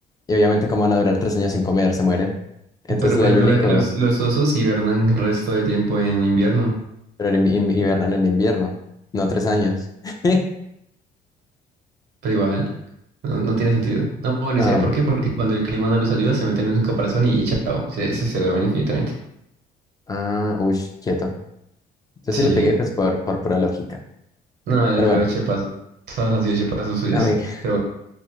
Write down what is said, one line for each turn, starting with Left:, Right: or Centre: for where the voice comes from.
Left: Y obviamente, ¿cómo van a durar tres años sin comer? Se mueren. Entonces,
Right: Pero por
Left: el
Right: ejemplo,
Left: único,
Right: veas que los, los osos hibernan el resto de tiempo en invierno,
Left: pero en in- hibernan en invierno, no tres años. <laughs>
Right: pero igual no, no tiene sentido. No, bueno,
Left: No,
Right: ¿y sabe por qué? Porque cuando el clima no los ayuda, se meten en su caparazón y chao, se, se, se duermen infinitamente.
Left: ah, uy, quieto. Yo sí
Right: Sí,
Left: le pegué, pues, por, por pura lógica.
Right: no, le
Left: Pero
Right: pegó
Left: bueno,
Right: de chepazo. Todos han sido chepazos suyos.
Left: amiga,
Right: Pero